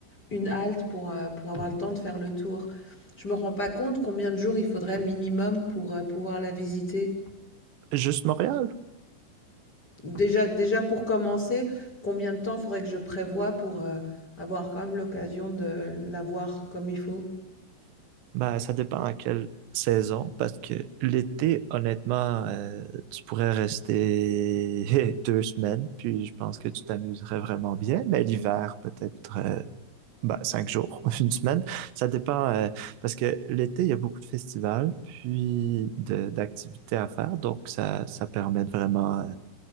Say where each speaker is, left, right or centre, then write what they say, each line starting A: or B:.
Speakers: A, on the left (about 20°); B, on the right (about 70°).
A: une halte pour, euh, pour avoir le temps de faire le tour. Je me rends pas compte combien de jours il faudrait minimum pour euh, pouvoir la visiter.
B: Juste Montréal?
A: Déjà, déjà pour commencer, combien de temps faudrait que je prévoie pour euh, avoir quand même l'occasion de la voir comme il faut?
B: Ben, ça dépend à quelle saison, parce que l'été, honnêtement, euh, tu pourrais rester <laughs> deux semaines, puis je pense que tu t'amuserais vraiment bien, mais l'hiver, peut-être euh, ben, cinq jours, <laughs> une semaine. Ça dépend, euh, parce que l'été, il y a beaucoup de festivals, puis de- d'activités à faire, donc ça, ça permet de vraiment euh,